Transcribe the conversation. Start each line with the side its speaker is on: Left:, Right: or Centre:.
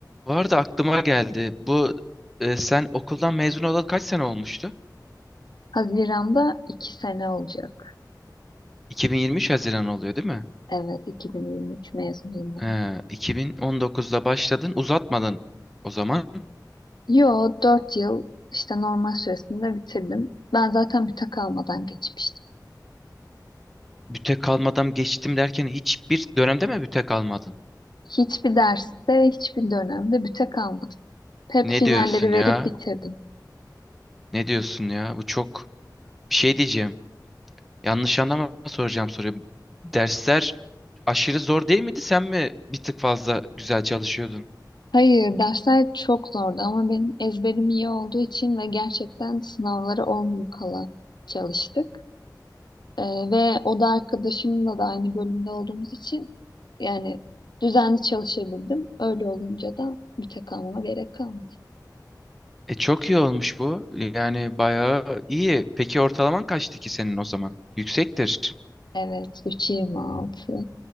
Centre: Bu arada aklıma geldi. Bu e, sen okuldan mezun olalı kaç sene olmuştu?
Left: Haziran'da iki sene olacak.
Centre: 2023 Haziran oluyor değil mi?
Left: Evet, 2023 mezunuyum ben.
Centre: Ee, 2019'da başladın, uzatmadın o zaman.
Left: Yo, dört yıl işte normal süresinde bitirdim. Ben zaten büte kalmadan geçmiştim.
Centre: Büte kalmadan geçtim derken hiçbir dönemde mi büte kalmadın?
Left: Hiçbir derste, hiçbir dönemde büte kalmadım. Hep
Centre: Ne
Left: finalleri
Centre: diyorsun
Left: verip
Centre: ya?
Left: bitirdim.
Centre: Ne diyorsun ya? Bu çok bir şey diyeceğim. Yanlış anlama soracağım soruyu. Dersler aşırı zor değil miydi? Sen mi bir tık fazla güzel çalışıyordun?
Left: Hayır, dersler çok zordu ama benim ezberim iyi olduğu için ve gerçekten sınavlara 10 gün kala çalıştık. Ee, ve o da arkadaşımla da aynı bölümde olduğumuz için yani düzenli çalışabildim. Öyle olunca da müte kalmama gerek kalmadı.
Centre: E çok iyi olmuş bu. Yani bayağı iyi. Peki ortalaman kaçtı ki senin o zaman? Yüksektir.
Left: Evet, 3.26,